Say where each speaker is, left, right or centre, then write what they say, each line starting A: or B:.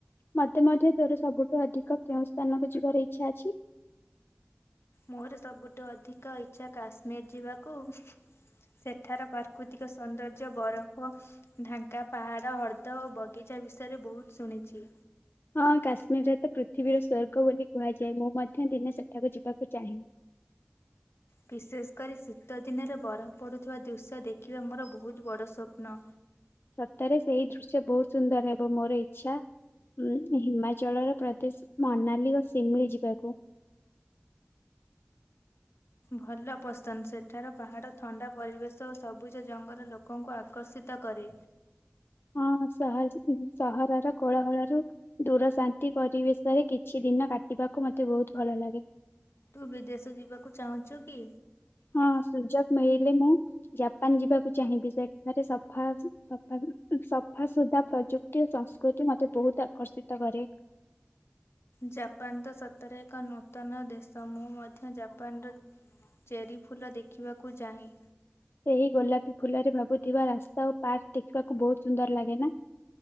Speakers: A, on the left; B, on the left.
A: ମୋତେ ମଧ୍ୟ ତୋର ସବୁଠୁ ଅଧିକ କେଉଁ ସ୍ଥାନକୁ ଯିବାର ଇଚ୍ଛା ଅଛି?
B: ମୋର ସବୁଠୁ ଅଧି କ ଇଚ୍ଛା କାଶ୍ମୀର ଯିବାକୁ ସେଠାର ପ୍ରାକୃତି କ ସୌନ୍ଦର୍ଯ୍ୟ ବରଫ ଢାଙ୍କା ପାହାଡ ହ୍ରଦ ଦ ଓ ବଗିଚା ବିଷୟରେ ବହୁତ ଶୁଣିଛି।
A: ହଁ କାଶ୍ମୀରରେ ତ ପୃଥିବୀର ସ୍ୱର୍ଗ ବୋଲି କୁହାଯାଏ ମୁଁ ମଧ୍ୟ ଦିନେ ସେଠାକୁ ଯିବାକୁ ଚାହେଁ।
B: ବିଶେଷ କରି ଶୀତ ଦିନରେ ବରଫ ପଡୁଥିବା ଦୃଶ୍ୟ ଦେଖିବା ମୋର ବହୁତ ବଡ ସ୍ୱପ୍ନ।
A: ସତରେ ସେଇ ଦୃଶ୍ୟ ବହୁତ ସୁନ୍ଦର ହେବ ମୋର ଇଚ୍ଛା ଉଁ ହିମାଚଳର ପ୍ରଦେଶ ମନାଲି ଓ ଶିମିଳି ଯିବାକୁ।
B: ଭଲ ପସନ୍ଦ ସେଠାର ପାହାଡ ଥଣ୍ଡା ପରିବେଶ ଓ ସବୁଜ ଜଙ୍ଗଲ ଲୋକଙ୍କୁ ଆକର୍ଷିତ କରେ।
A: ହଁ ସହରର କୋଳାହଳରୁ ଦୂର ଶାନ୍ତି ପରିବେଶରେ କିଛି ଦିନ କାଟିବାକୁ ମୋତେ ବହୁତ ଭଲ ଲାଗେ।
B: ତୁ ବିଦେଶ ଯିବାକୁ ଚାହୁଁଛୁ କି?
A: ହଁ ସୁଯୋଗ ମିଳିଲେ ମୁଁ ଜାପାନ ଯିବାକୁ ଚାହିଁବି ସେଠାରେ ସଫା ସଫା ସଫା ସୁଧା ପ୍ରଯୁକ୍ତି ଓ ସଂସ୍କୃତି ମତେ ବହୁତ ଆକର୍ଷିତ କରେ।
B: ଜାପାନ ତ ସତରେ ଏକ ନୂତନ ଦେଶ ମୁଁ ମଧ୍ୟ ଜାପାନର ଚେରିଫୁଲ ଦେଖିବାକୁ ଚାହେଁ।
A: ସେହି ଗୋଲାପୀ ଫୁଲରେ ଭାବୁଥିବା ରାସ୍ତା ଓ ପାର୍କ ଦେଖିବାକୁ ବହୁତ ସୁନ୍ଦର ଲାଗେ ନା।